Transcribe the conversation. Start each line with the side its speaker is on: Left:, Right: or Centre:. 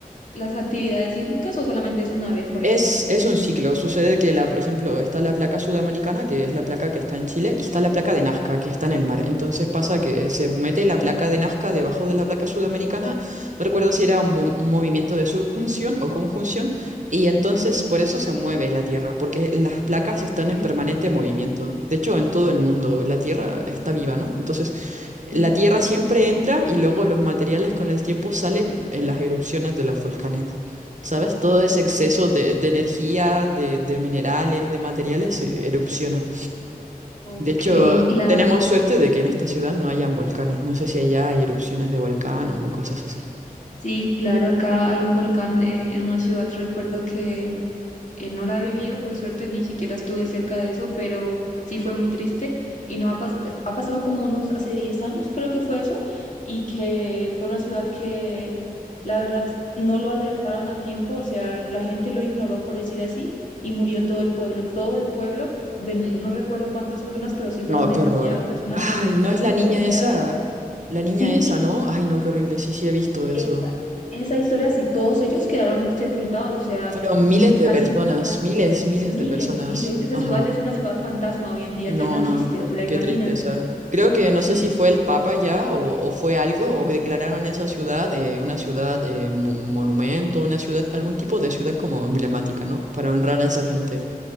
Left: las actividades sísmicas o solamente es una vez, por
Right: Es,
Left: ejemplo.
Right: es un ciclo. Sucede que la, por ejemplo, está la placa sudamericana, que es la placa que está en Chile, y está la placa de Nazca, que está en el mar. Entonces pasa que se mete la placa de Nazca debajo de la placa sudamericana. No recuerdo si era un, mo- un movimiento de subjunción o conjunción, y entonces por eso se mueve la Tierra, porque las placas
Left: Ok,
Right: están en permanente movimiento. De hecho, en todo el mundo la Tierra
Left: sí,
Right: está viva, ¿no? Entonces, la
Left: sí.
Right: Tierra siempre entra y luego los materiales con el tiempo salen en las erupciones de los volcanes. ¿Sabes?
Left: Ok,
Right: Todo ese exceso de, de energía, de, de minerales, de materiales se erupciona.
Left: ok,
Right: De hecho,
Left: claro.
Right: tenemos suerte de que en esta ciudad no hayan volcanes. No sé si allá hay erupciones de volcán o cosas así.
Left: Sí, claro, acá hay un volcán eh, en una ciudad, recuerdo que eh, no la he vivido, por suerte ni siquiera estuve cerca de eso, pero sí fue muy triste y no ha, pas- ha pasado como unos, hace 10 años creo que fue eso, y que fue una ciudad que la verdad no lo alertaron a tiempo, o sea, la gente lo ignoró por decir así y murió todo el pueblo, todo el pueblo, de, no recuerdo cuántas personas, pero sí fueron
Right: No,
Left: demasiadas
Right: qué horror.
Left: personas,
Right: Ay, no es la
Left: todos
Right: niña
Left: quedaron,
Right: esa. La
Left: sí,
Right: niña esa, ¿no? Ay, no, qué horrible. Sí, sí, he visto eso.
Left: esa, esa historia, si todos ellos quedaron sepultados, o sea,
Right: Fueron
Left: mm,
Right: miles de
Left: casi
Right: personas,
Left: nadie,
Right: miles, miles
Left: miles,
Right: de personas.
Left: miles. Esa
Right: Ajá.
Left: ciudad es una ciudad fantasma hoy en día,
Right: No,
Left: ya no existe,
Right: no,
Left: o sea, imagínate.
Right: qué tristeza. Creo que no
Left: Sí,
Right: sé si fue el Papa ya o, o fue algo, o declararon esa ciudad eh, una ciudad eh, mo- monumento, una ciudad, algún tipo de ciudad como emblemática, ¿no? Para honrar a esa gente,